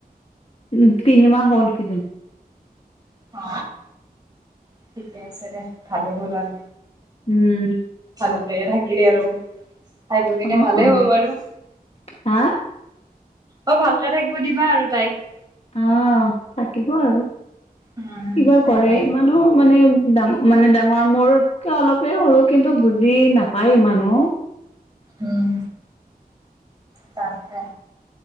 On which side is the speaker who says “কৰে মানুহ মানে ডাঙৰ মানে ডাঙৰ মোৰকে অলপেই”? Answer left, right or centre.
Left